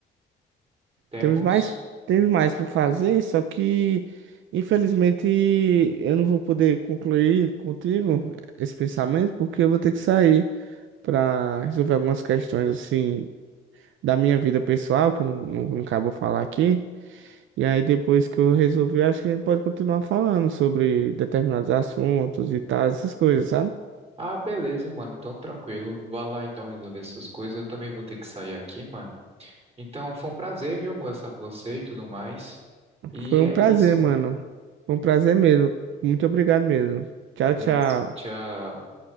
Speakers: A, on the right; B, on the right.
A: Temos.
B: Temos mais, temos mais para fazer, só que infelizmente eu não vou poder concluir contigo esse pensamento porque eu vou ter que sair para resolver algumas questões assim da minha vida pessoal que eu não, não, não acabo falar aqui. E aí depois que eu resolver, acho que a gente pode continuar falando sobre determinados assuntos e tal, essas coisas, sabe?
A: Ah, beleza, mano. Então, tranquilo. Vá lá, então, resolver suas coisas. Eu também vou ter que sair aqui, mano. Então, foi um prazer, viu, conversar com você e tudo mais. E
B: Foi um
A: é
B: prazer,
A: isso,
B: mano.
A: mano.
B: Foi um prazer mesmo. Muito obrigado mesmo. Tchau,
A: Obrigado.
B: tchau.
A: Tchau.